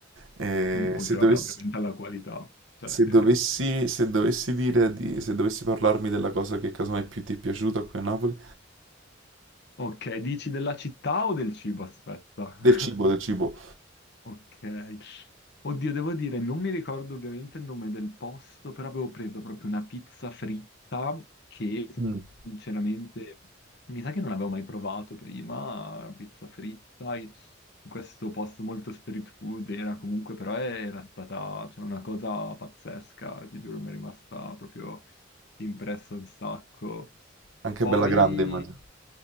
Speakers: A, on the right; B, on the left.
A: Eh,
B: oltre,
A: se dovessi,
B: vabbè, ovviamente alla qualità, cioè
A: se
B: che...
A: dovessi, se dovessi dire di, se dovessi parlarmi della cosa che casomai più ti è piaciuta qui a Napoli,
B: Ok, dici della città o del cibo? Aspetta.
A: del cibo,
B: <laughs>
A: del cibo,
B: Ok. Oddio, devo dire, non mi ricordo ovviamente il nome del posto, però avevo preso proprio una pizza fritta che
A: Mm.
B: sinceramente mi sa che non avevo mai provato prima, pizza fritta in in questo posto molto street food era comunque, però era stata cioè, una cosa pazzesca, ti giuro, mi è rimasta proprio impressa un sacco.
A: anche
B: Poi
A: bella grande, immagino.